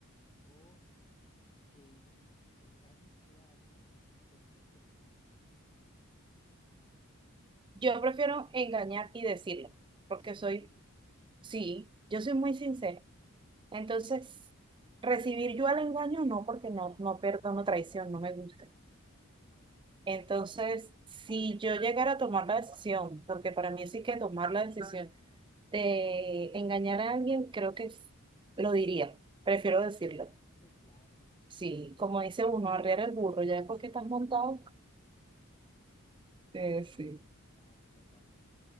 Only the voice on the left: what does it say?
¿O que engañes tú a alguien y tener que decírselo?
¿Sí?
Mm,
No, pues no, claro.
Sí, sí, claro.
A ver, te toca.